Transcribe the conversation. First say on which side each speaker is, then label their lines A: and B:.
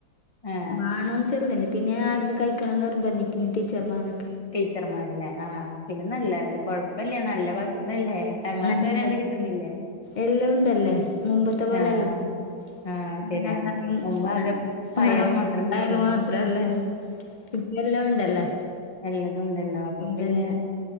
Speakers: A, on the left; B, on the left.
A: ആഹ്
B: വാണോന്ന് ചൊന്നന്നെ പിന്നെ ആവിടുന്ന് കഴിക്കണം എന്ന് നിർബന്ധിക്കുന്ന ടീച്ചർ ടീച്ചർമാർക്കെ
A: ടീച്ചർമാര്ല്ലേ ആഹ് പിന്നെ നല്ല കൊഴപ്പല്ലേ നല്ല ഇതല്ലേ എട്ടാം ക്ലാസ്
B: ന
A: വരെണ്ട് കിട്ടുന്നില്ലേ
B: എല്ലാം ഉണ്ടല്ലേ മുമ്പത്തെ പോലെ
A: ആഹ്
B: എല്ലാം
A: ആഹ്
B: <unintelligible>
A: ശരിയാ മുമ്പ് ആകെ പയറ് മാത്രല്ലേ ഉണ്ടായിരുന്നത്
B: മാത്രല്ലേ ഇട്ടിയെല്ലാം ഉണ്ടല്ലേ
A: നല്ലത്ണ്ടല്ലോ അപ്പൊ
B: അതന്നെ
A: പിന്നെ